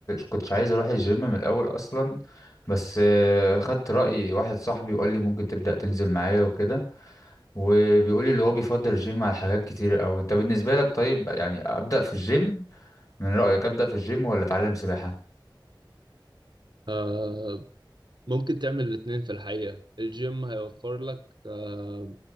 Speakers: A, on the left; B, on the right.
A: كنتش عايز اروح الجيم من الاول اصلا بس آه، خدت رأي واحد صاحبي وقال لي ممكن تبدأ تنزل معايا وكده وبيقول لي اللي هو بيفضل الجيم على حاجات كتير قوي انت بالنسبة لك طيب يعني ابدأ في الجيم من رأيك ابدأ في الجيم ولا اتعلم سباحة
B: آه ممكن تعمل الاتنين في الحقيقة الجيم هيوفر لك آه